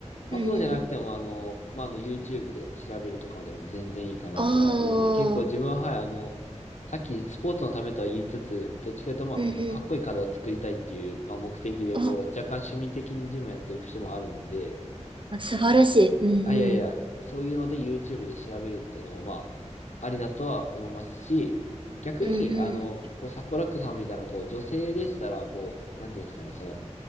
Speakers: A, on the left; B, on the right.
A: まあ、
B: うんうん。
A: そうじゃなくても、あの、まあ、あの、YouTube で調べるとかでも全然いいかなとは思うんで、
B: ああ、
A: 結構自分は、はい、あの、さっきスポーツのためとは言いつつ、どっちかというと、まあ、
B: うんうん。
A: この、かっこいい体作りたいっていう、まあ、目的で、
B: あ
A: こう、若干趣味的にジムやってる節もあるんで、
B: あ素晴らしい。うんうん。
A: あ、いやいや、そういうので YouTube で調べるってのも、まあ、ありだとは思いますし、逆に、
B: うん
A: あの、
B: うん。
A: こう、サコラックさんみたいな、こう、女性でしたら、こう、なんていうんですかね、その、